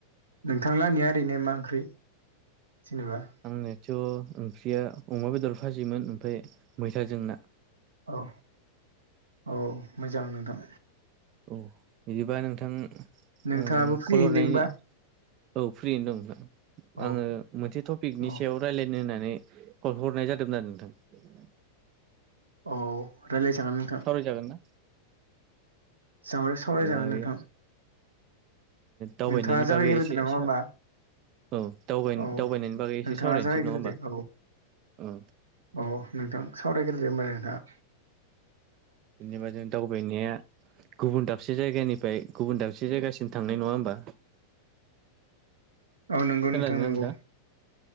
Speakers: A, on the right; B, on the right.
A: नोंथांलाहानिया ओरैनो मा ओंख्रि जेनेबा
B: आंनियाथ' ओंख्रिया अमा बेदर फाजियोमोन ओमफ्राय मैथाजों ना
A: अ औ मोजां नोंथां
B: औ बिदिबा नोंथां
A: नोंथाङाबो
B: आं
A: फ्रि
B: कल
A: होनदोंबा
B: हरनायनि औ फ्रियैनो दं नोंथां
A: औ
B: आङो मोनसे टपिकनि
A: औ
B: सायाव रायलायनो होननानै कलखौ हरनाय जादोंमोन आरो नोंथां
A: अ रायलाय जागोन नोंथां
B: सावराय जागोन ना
A: सावराय सावरायजागोन
B: जायो
A: नोंथां
B: दावबायनायनि
A: नोंथाङा जागायग्रोदो
B: बागै एसे
A: नामा
B: सा
A: होमबा
B: औ दावबाय
A: औ
B: दावबायनायनि बागौ एसे
A: नोंथाङा
B: सावरायनोसै
A: जागायग्रोदो
B: नंङा होमबा
A: औ
B: औ
A: औ नोंथां सावरायग्रोदो नोंथाङा
B: जेनबा जों दावबायनाया गुबुन दाबसे जायगानिफ्राय गुबुन दाबसे जायगासिम थांनाय नङा होमबा?
A: औ नंगौ
B: खोनादोंना
A: नोंथां नंगौ
B: नोंथाङा